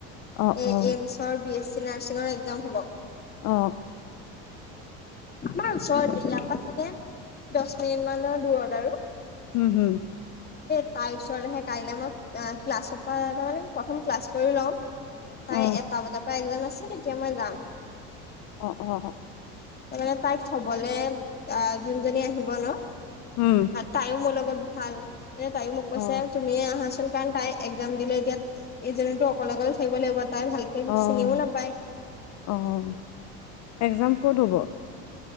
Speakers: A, on the left (about 55°); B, on the left (about 30°).
A: অ
B: এ
A: অ
B: এইমচৰ বি এছ চি। <unintelligible> চিঙৰ এক্সাম হ'ব।
A: অ'।
B: আমাৰ ওচৰতে ইয়াৰ পৰা চাগে দহ মিনিট মানৰ দূৰত আৰু।
A: হম হম।
B: তাৰ ওচৰলৈহে কাইলৈ মই ক্লাছৰ পৰা মানে প্ৰথম ক্লাছ কৰি লম। তাই
A: অ
B: এটা বতাৰ পৰা একদাম আছে নেকি মই গাম
A: অ অ
B: মানে তাইক থবলৈ আহ যোনজনী আহিব ন
A: উম,
B: তাইও মোৰ লগত ভাল এ তয়ও মোক কৈছে
A: অ
B: তুমি আহাচোন। কাৰণ তাই এক্জাম দিলে এতিয়া ইটো অকলে অকলে থাকিব লাগিব। তাই ভালকে
A: আহ
B: চিনিও নাপায়
A: আহ এক্জাম ক'ত হ'ব।